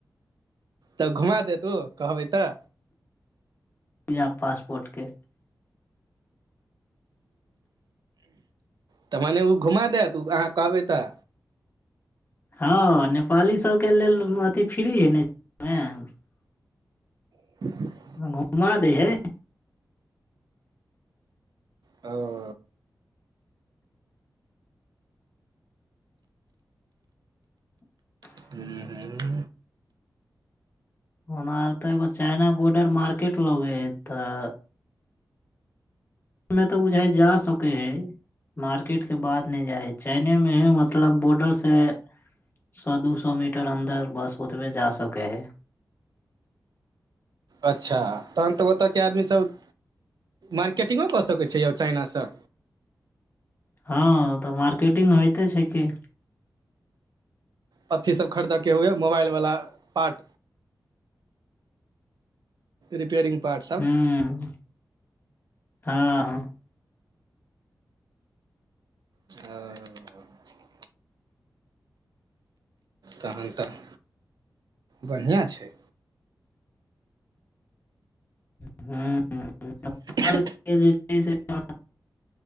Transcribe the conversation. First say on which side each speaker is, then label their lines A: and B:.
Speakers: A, on the right; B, on the left.
A: तऽ घुमा देत ओ कहबै तऽ
B: बीजा पासपोर्ट के
A: तऽ मने उ घुमा देत उ अहाँ कहबै तऽ
B: हँ हँ नेपाली सब के लेल म अथी फ्री है ने <unintelligible>
A: <inaudible>
B: घुमा दै है
A: ओ
B: <inaudible>
A: <inaudible>
B: ओना तऽ एगो चाइना बॉर्डर मार्केट लगै हय एतऽ में तऽ बुझाइया जा सकै है मार्केट के बाद नय जाइ हइ चाइने में हय मतलब बॉर्डर से सौ दुसौ मीटर अन्दर बस ओतबै जा सकय है
A: अच्छा तहन तऽ ओतऽ के आदमी सब मार्केटिंगो कऽ सकै छै चाइना स
B: हँ तऽ मार्केटिंग होइते छै की
A: अथी सब खरीदयके हुए मोबाइल वाला पार्ट रिपेयरिंग पार्ट सब
B: हम्म हाँ
A: ओ <inaudible> तहन तऽ बढ़ियां छै
B: <inaudible>
A: <inaudible>
B: <inaudible>